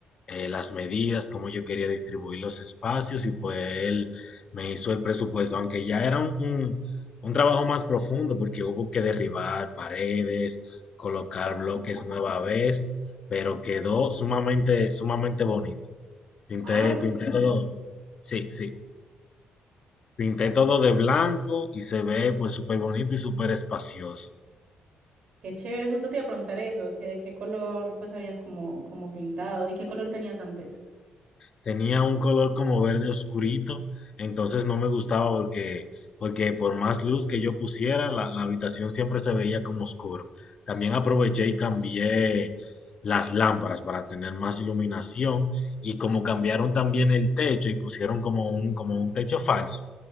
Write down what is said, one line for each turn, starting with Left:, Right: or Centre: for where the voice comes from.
Left: eh, las medidas, cómo yo quería distribuir los espacios y pues él me hizo el presupuesto, aunque ya era un, un- un trabajo más profundo porque hubo que derribar paredes, colocar
Right: ah.
Left: bloques nueva vez, pero quedó sumamente, sumamente bonito. Pinté,
Right: Ay,
Left: pinté
Right: qué bueno.
Left: todo, sí, sí, pinté todo de blanco y se ve pues súper bonito y súper espacioso.
Right: Qué chévere, justo te iba a preguntar eso, que de qué color pues habías como, como pintado y qué color tenías antes.
Left: tenía un color como verde oscurito, entonces no me gustaba porque, porque por más luz que yo pusiera, la, la habitación siempre se veía como oscuro. También aproveché y cambié las lámparas para tener más iluminación y como cambiaron también el techo y pusieron como un, como un techo falso,